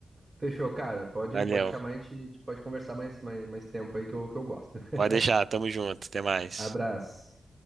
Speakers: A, on the right (about 35°); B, on the right (about 60°).
A: fechou, cara. Pode,
B: Valeu.
A: pode chamar, a gente, a gente pode conversar mais, mais, mais tempo aí que eu, que eu gosto. <laughs>
B: Pode deixar, tamo junto. Até mais.
A: Abraço.